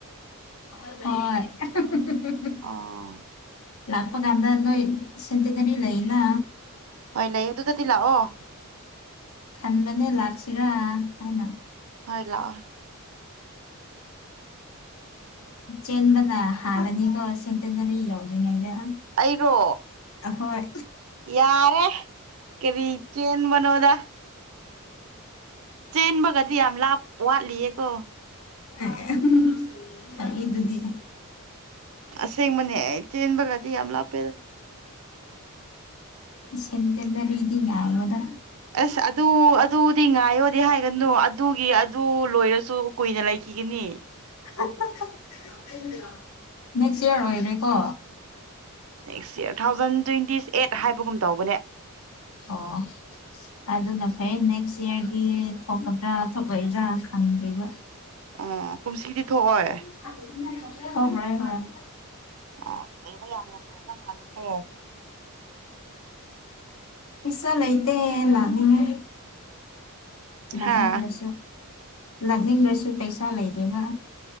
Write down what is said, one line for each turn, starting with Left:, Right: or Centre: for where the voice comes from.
Left: ꯍꯣꯢ <unintelligible>
Right: ꯑꯣ
Left: ꯂꯥꯛꯄ ꯀꯥꯟꯗ ꯅꯣꯏ ꯁꯦꯟꯇꯦꯅꯔꯤ ꯂꯩꯅ
Right: ꯍꯣꯏ ꯂꯩꯌꯦ ꯑꯗꯨꯗꯗꯤ ꯂꯥꯛꯑꯣ
Left: ꯈꯟꯕꯅꯦ ꯂꯥꯛꯁꯤꯔꯥ ꯍꯥꯏꯅ <inaudible>
Right: ꯍꯣꯏ ꯂꯥꯛꯑꯣ
Left: ꯆꯦꯟꯕꯅ ꯍꯥꯜꯂꯅꯤꯀꯣ ꯁꯦꯟꯇꯅꯔꯤ ꯌꯧꯗ꯭ꯔꯤꯉꯩꯗ
Right: ꯑꯩꯔꯣ
Left: ꯑꯍꯣꯏ
Right: ꯌꯥꯔꯦ ꯀꯦꯔꯤ ꯆꯦꯟꯕꯅꯣꯗ ꯆꯦꯟꯕꯒꯗꯤ ꯌꯥꯝ ꯂꯥꯞ ꯋꯥꯠꯂꯤꯌꯦ ꯀꯣ
Left: <unintelligible> ꯄꯛꯏꯗꯨꯗꯤ
Right: ꯑꯁꯦꯡꯕꯅꯦ ꯑꯦ ꯆꯦꯟꯕꯒꯗꯤ ꯌꯥꯝ ꯂꯥꯞꯄꯦꯗ
Left: ꯁꯦꯟꯇꯦꯅꯔꯤꯗꯤ ꯌꯥꯔꯣꯗ
Right: ꯑꯁ ꯑꯗꯨ ꯑꯗꯨꯗꯤ ꯉꯥꯏꯌꯣꯗꯤ ꯍꯥꯏꯒꯅꯨ ꯑꯗꯨꯒꯤ ꯑꯗꯨ ꯂꯣꯏꯔꯁꯨ ꯀꯨꯏꯅ ꯂꯩ ꯀꯤꯒꯅꯤ
Left: <unintelligible> ꯅꯦꯛꯁ ꯏꯌꯔ ꯑꯣꯏꯔꯦꯀꯣ
Right: next year two thousand ꯇ꯭ꯋꯦꯟꯇꯤꯁ eight ꯍꯥꯏꯕꯒꯨꯝ ꯇꯧꯕꯅꯦ
Left: ꯑꯣ ꯑꯗꯨꯅ ꯐꯩ ꯅꯦꯛꯁ ꯏꯌꯔꯒꯤ ꯊꯣꯛꯀꯗ꯭ꯔꯥ ꯊꯣꯛꯑꯣꯏꯗ꯭ꯔꯥ ꯈꯪꯗ꯭ꯔꯤꯕ
Right: ꯑꯣ ꯀꯨꯝꯁꯤꯗꯤ ꯊꯣꯛꯑꯣꯏ
Left: <unintelligible>
Right: ꯑꯣ ꯂꯩꯕ ꯌꯥꯝ ꯅꯨꯡꯉꯥꯏꯈ꯭ꯔ ꯃꯥꯂꯦꯀꯣ
Left: ꯄꯩꯁꯥ ꯂꯩꯇꯦ ꯂꯥꯡꯅꯤꯡꯉꯦ ꯂꯥꯛꯅꯤꯡꯉꯁꯨ
Right: ꯍꯥ
Left: ꯂꯥꯛꯅꯤꯡꯉꯁꯨ ꯄꯩꯁꯥ ꯂꯩꯇꯕ